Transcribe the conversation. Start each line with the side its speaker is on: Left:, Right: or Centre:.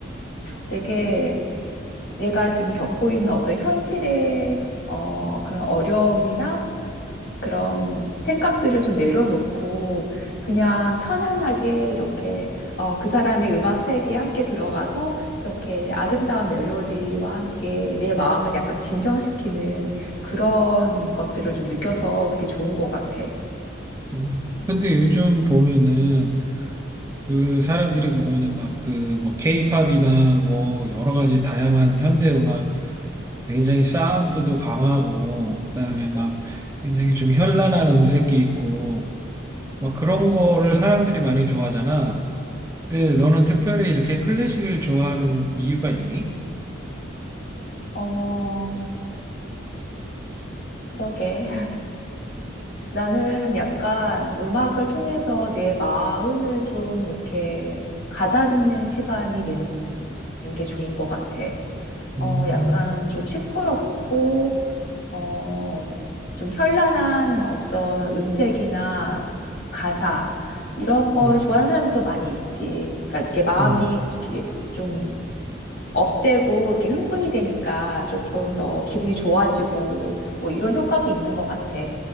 Left: 되게 내가 지금 겪고 있는 어떤 현실의 어, 그런 어려움이나 그런 생각들을 좀 내려놓고 그냥 편안하게 이렇게 어, 그 사람의 음악 세계에 함께 들어가서 이렇게 아름다운 멜로디와 함께 내 마음을 약간 진정시키는 그런 것들을 좀 느껴서 그게 좋은 것 같아.
Right: 음. 근데 요즘 보면은 그 사람들이 보면은 막 그 뭐 케이팝이나 뭐 여러 가지 다양한 현대 음악 굉장히 사운드도 강하고 그다음에 막 굉장히 좀 현란한 음색이 있고 막 그런 거를 사람들이 많이 좋아하잖아. 근데 너는 특별히 이렇게 클래식을 좋아하는 이유가 있니?
Left: 어, 그러게. 나는 약간 음악을 통해서 내 마음을 좀 이렇게 가다듬는 시간이 되는 게 좋은 것 같아. 어,
Right: 음,
Left: 약간 좀 시끄럽고, 어, 좀 현란한 어떤 음색이나 가사, 이런 거를
Right: 음,
Left: 좋아하는 사람도 많이 있지. 그러니까 이렇게 마음이
Right: 음,
Left: 이렇게 좀 업되고 이렇게 흥분이 되니까 조금 더 기분이 좋아지고 뭐 이런 효과도 있는 것 같아.